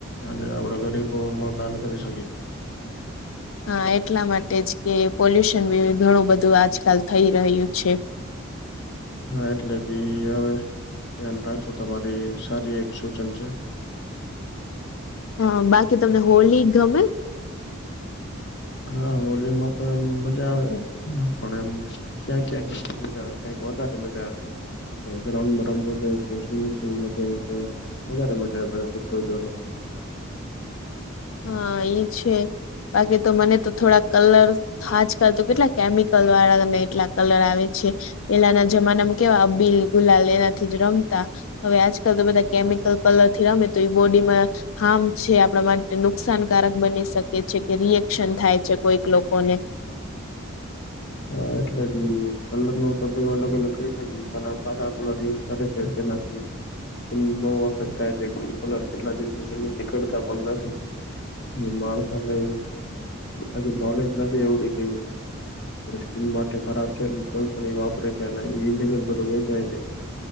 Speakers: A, on the left (about 50°); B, on the left (about 70°).
A: અને આપણા ગરીબોમાં દાન કરી શકીએ.
B: હા એટલા માટે જ કે પોલ્યુશન બી ઘણું બધું આજકાલ થઈ રહ્યું છે.
A: હા એટલે જ ઈ હવે ધ્યાન રાખશો તમારી સારી એક સૂચન છે.
B: હા બાકી તમને હોલી ગમે?
A: હા હોલીમાં તો એમ મજા આવે પણ એમ. ક્યાં ક્યાં મજા આવે ક્યાં વધારે મજા આવે. બેકગ્રાઉન્ડમાં રમવું <unintelligible> સ્મ ફુલ મ વધારે મજા આવે બધા મિત્રો જોડે.
B: હા ઈ છે. બાકી તો મને તો થોડાક કલર. આજકાલ તો કેટલા કેમિકલ વાળા અને એટલા કલર આવે છે. પેલાના જમાનામાં કેવા અ બીલ ગુલાલ એનાથી જ રમતા. હવે આજકાલ તો બધા કેમિકલ કલર થી રમે તો એ બોડીમાં હાર્મ છે. આપડા માટે. નુકસાનકારક બની શકે છે, કે રિએક્શન થાય છે. કોઈક લોકોને.
A: હા એટલે બી કલર ન તો બધું અલગ અલગ કરી દે પાકા કલર યુઝ કરે છે તેનાથી. બહુ ઓસર થાય છે. ગ્ન કલર કેટલા દિવસો સુધી નીકળતા પણ નથી. માણસોને હજી નોલેજ નથી એવડી કેય. આપ સ્કીિન માટે ખરાબ છે, તો પણ એ વાપરે છે. એ ઇલિગલ બધું વેચાય છે.